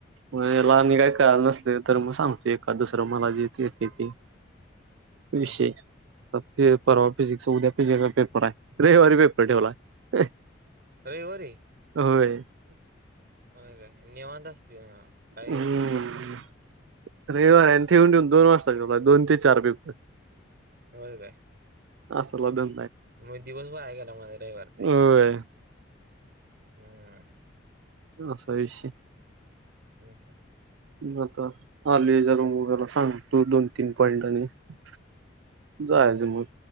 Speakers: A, on the right (about 70°); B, on the right (about 50°).
A: म लहनी
B: हम्म
A: काय करा नस तर मग सांगतो एका दुसरं मला ज येते ती
B: हा
A: विशय
B: हा
A: पेपर फिजिकस उद्या फिजिकसचा पेपर आहे रविवारी पेपर ठेवलाय
B: अरे व र
A: होय
B: ह का निेवाद असत काय
A: हम्म
B: होटते
A: रविवार आणि ठेवन ठेऊन दोन वाजताला दोन ते चार पेप
B: हो काय
A: असल ब
B: मग दिवस भा आहे गला माझ रविवारचा एक
A: होय
B: हम्म
A: ह सशय
B: हम् हम्
A: मता आलज गला सांगू दो तीन पॉइंट आणि आणि जायच मर